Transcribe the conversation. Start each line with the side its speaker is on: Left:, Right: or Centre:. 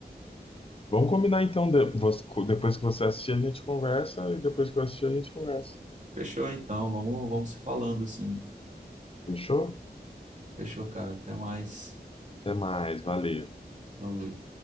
Left: Vamos combinar então. de- vos- depois que você assistir, a gente conversa. E depois que eu assistir, a gente conversa.
Right: Fechou, então. Vamos, vamos se falando assim.
Left: Fechou?
Right: Fechou, cara. Até mais.
Left: Até mais. Valeu.
Right: Falou.